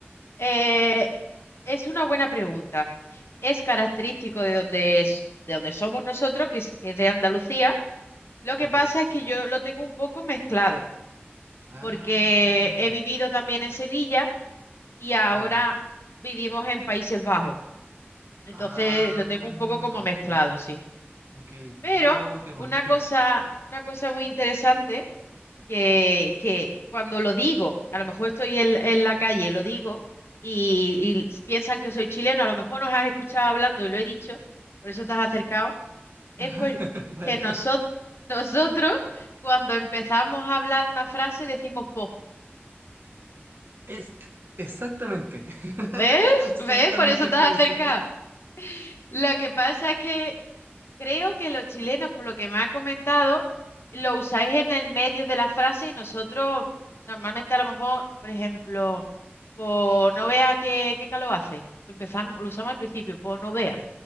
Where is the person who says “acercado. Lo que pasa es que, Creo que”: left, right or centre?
Left